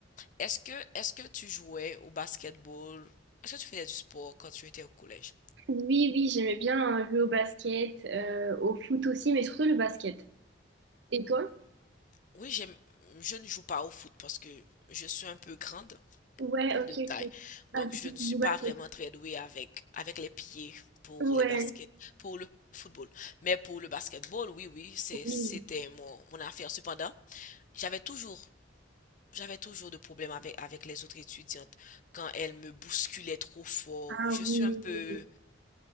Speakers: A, on the left (about 45°); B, on the right (about 65°).
A: est-ce que, est-ce que tu jouais au basketball? Est-ce que tu faisais du sport quand tu étais au collège?
B: Oui, oui, j'aimais bien euh, jouer au basket, euh, au foot aussi, mais surtout le basket. Et toi?
A: Oui, j'aime, je ne joue pas au foot parce que je suis un peu grande
B: Ouais, ok,
A: de taille.
B: ok. Ah,
A: Donc,
B: du
A: je
B: coup,
A: ne suis
B: tu joues au
A: pas
B: basket.
A: vraiment très douée avec, avec les pieds pour
B: Ouais,
A: les baskets, pour le football. Mais pour le basketball, oui, oui, c'est,
B: oui.
A: c'était mon, mon affaire. Cependant, j'avais toujours, j'avais toujours de problèmes avec, avec les autres étudiantes quand elles me bousculaient trop fort.
B: Ah
A: Je suis
B: oui.
A: un peu,
B: oui, oui.